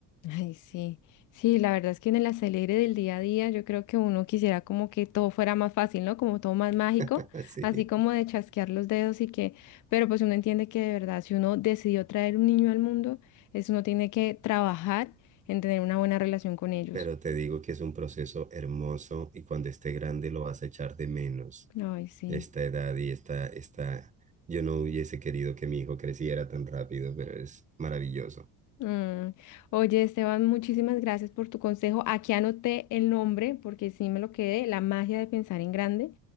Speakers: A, on the left; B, on the right.
A: Ay, sí. Sí, la verdad es que en el acelere del día a día yo creo que uno quisiera como que todo fuera más fácil, ¿no? Como todo más mágico,
B: <laughs> Sí.
A: así como de chasquear los dedos y que, pero pues uno entiende que de verdad si uno decidió traer un niño al mundo, es uno tiene que trabajar en tener una buena relación con ellos.
B: Pero te digo que es un proceso hermoso y cuando esté grande lo vas a echar de menos.
A: Ay, sí.
B: Esta edad y esta, esta, yo no hubiese querido que mi hijo creciera tan rápido, pero es maravilloso.
A: Mm. Oye, Esteban, muchísimas gracias por tu consejo. Aquí anoté el nombre porque sí me lo quedé, La magia de pensar en grande.